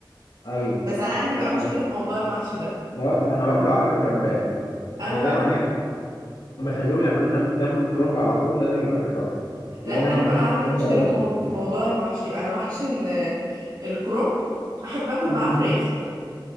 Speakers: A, on the left; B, on the right.
A: ايوه
B: بس انا عندي بقى
A: آه،
B: مشكله في موضوع المحشي ده
A: انا واك- انا واكله على فكره امبارح
B: انا
A: انا
B: بقى
A: دايما يعني بخليهم يعملوا لنا جنب الكرومب على طول لازم يبقى فيه خس
B: لا
A: لان
B: انا
A: انا ما
B: بقى
A: بحبش
B: عندي
A: الكرومب
B: مشكله
A: قوي
B: في مو... في موضوع المحشي انا محشي ال... الكرنب احب اكل
A: مم.
B: معاه فراخ